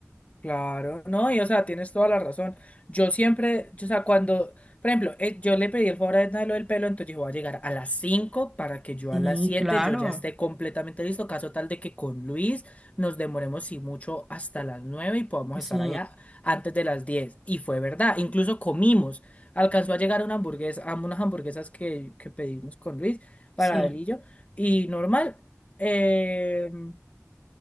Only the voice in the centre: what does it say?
Sí,
claro,
sí,
sí,